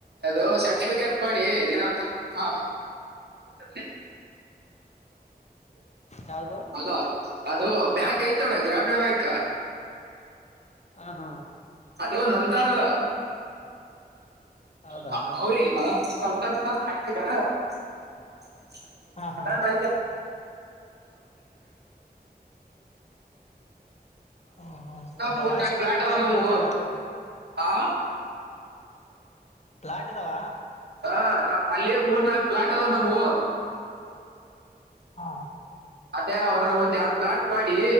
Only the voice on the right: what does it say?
ಅದು ಸರ್ಟಿಫಿಕೇಟ್ ಮಾಡಿ ಹಾ ಮತ್ತೆ
ಹಲೋ ಅದು ಬ್ಯಾಂಕ್ ಅಯ್ತಿ ನೋಡ್ ಗ್ರಾಮೀಣ ಬ್ಯಾಂಕ್. <inaudible>
ಅದು ನಮ್ದ್ ಅದ್. <unintelligible>
<unintelligible> ಕ <unintelligible>
ಹಾ ಮೂರ್ನಾಲ್ಕು
ಪ್ಲಾಟ್ ಅದ
ನಮುವು.
ಆ
ಹ ಅಲ್ಲಿ ಮೂರ್ನಾಲ್ಕು ಫ್ಲಾಟ್ ಅದವ್ ನಮವು
ಅದೇ ಅದ್ರಾಗ ಒಂದೆರಡ್ ಪ್ಲಾಟ್ ಮಾಡಿ